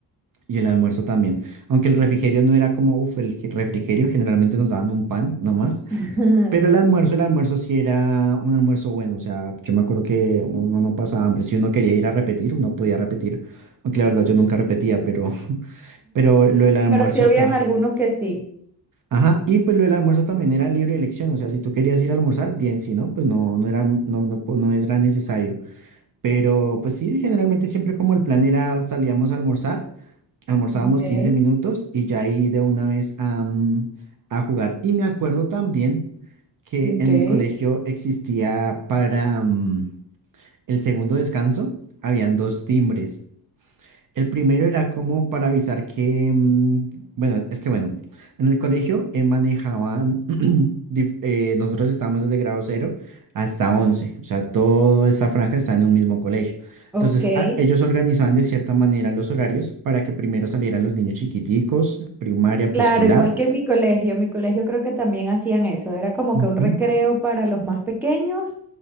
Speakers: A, on the right (about 50°); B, in the centre.
A: y el almuerzo también. Aunque el refrigerio no era como, uff, el ge- refrigerio generalmente nos daban un pan nomás
B: <laughs>
A: pero el almuerzo, el almuerzo sí era un almuerzo bueno, o sea, yo me acuerdo que uno no pasaba hambre, si uno quería ir a repetir, uno podía repetir, aunque la verdad yo nunca repetía, pero, <laughs> pero lo del almuerzo
B: Pero sí habían
A: está.
B: algunos que sí.
A: Ajá, y pues lo del almuerzo también era libre elección, o sea, si tú querías ir a almorzar, bien, si no, pues no, no era, no, no, po- no era necesario. Pero pues sí, generalmente siempre como el plan era salíamos a almorzar almorzábamos
B: okay
A: 15 minutos y ya ahí de una vez a, mm, a jugar. Y me acuerdo también que
B: okay
A: en mi colegio existía para mm, el segundo descanso, habían dos timbres. El primero era como para avisar que, mm, bueno, es que bueno, en el colegio eh, manejaban, <clears throat> dif- eh, nosotros estábamos desde grado cero hasta 11, o sea, toda esa franja está en un mismo colegio. Entonces,
B: okay
A: a- ellos organizaban de cierta manera los horarios para que primero salieran los niños chiquiticos, primaria, preescolar.
B: claro, igual que en mi colegio, en mi colegio creo que también hacían eso, era como
A: Ujú.
B: que un recreo para los más pequeños